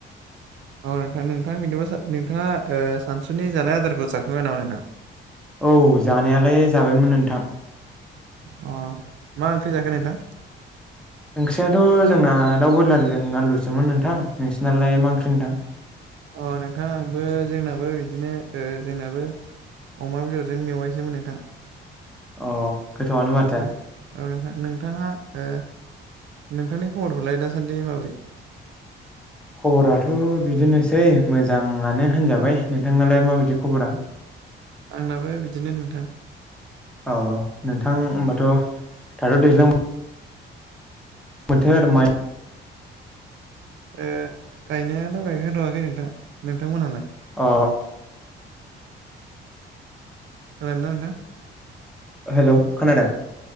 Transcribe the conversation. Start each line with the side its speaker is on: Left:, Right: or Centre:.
Right: <inaudible> औ नोंथां नोंथां बिदिबा नोंथाङा ओ सानसुनि जानाय आदारखौ जाखांबाय नामा नोंथां?
Centre: औ जानायालाय जाबायमोन नोंथां।
Right: अ मा ओंख्रि जाखो नोंथां?
Centre: ओंख्रियाथ' जोंना दाउ ब्रयलारजों आलुसोमोन नोंथां। नोंसिनालाय मा ओंख्रि नोंथां?
Right: अ नोंथां आंबो जोंनाबो बिदिनो ओ जोंनाबो अमा बेदरजों मेवायसोमोन नोंथां।
Centre: अ गोथावआनो माथो।
Right: ओ औ नोंथां नोंथाङा ओ नोंथांनि खबरफोरलाय दासान्दि माबोरै?
Centre: खबराथ' बिदिनोसै मोजाङानो होनजाबाय। नोंथांनालाय माबायदि खबरा?
Right: आंनाबो बिदिनो नोंथां
Centre: औ नोंथां ओमबा त' थाथ' दैज्लां बोथोर माइ
Right: ओ गायनायानो गायखांथ'खै नोंथां। नोंथांमोनहालाय?
Centre: अ।
Right: खोनादोंना नोंथां?
Centre: हेल' खोनादों?